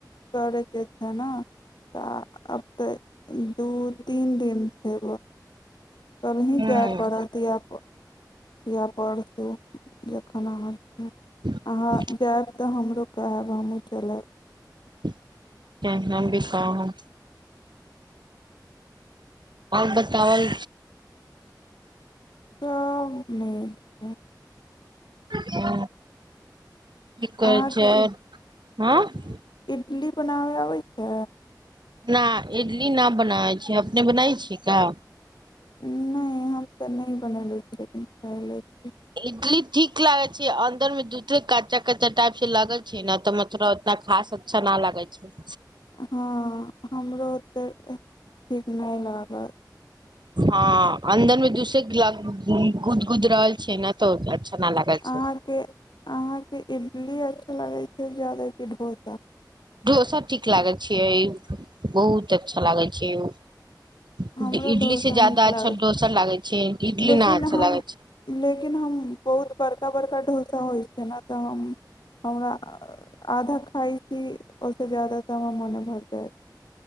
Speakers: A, on the left; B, on the right.
A: करके छै ने तऽ आब तऽ दू तीन दिन में कलही जाय
B: ह
A: पड़त या या परसू जखन अहाँके
B: <inaudible>
A: अहाँ जायब तऽ हमरो कहब हमहूँ चलब
B: ठ छै हम भी कहाँ ह <unintelligible> आर बतावल
A: काम नहि
B: ह क
A: अहाँके
B: कर छ आओर हँ <unintelligible>
A: इट्ली बनाबै अबै छै
B: न इडली न बनाबै छै अपने बनाबै छियै का
A: नहि हम तऽ नहि बनैले छी लेकिन खैले छि
B: इडली ठीक लागे छै अन्दरमे दूध कच्चा कच्चा टाइप से लगे छै ने तऽ मतलब उतना खास अच्छा न लगे छै
A: हँ हमरो तऽ ठीक नहि लागत
B: हँ अन्दर मे दूसे गुद गुद रहल छै ने तऽ नालागै
A: अहाँके
B: छै
A: अहाँके इडली अच्छा लागै छै ज्यादा डोसा
B: डोसा ठीक लागै छियै बहुत अच्छा लागै छै उ
A: हमरो
B: इडली
A: डोसा
B: से जादा
A: नीक लागै
B: अच्छा
A: छै
B: डोसा लागै छै इडली
A: लेकिन
B: नहि अच्छा
A: हम
B: लागै छै
A: लेकिन हम बहुत बड़का बड़का ढ़ोसा होइ छै ने तऽ हम हमरा आधा खइ छी ओसे जादा तऽ हमर मोने भरऽ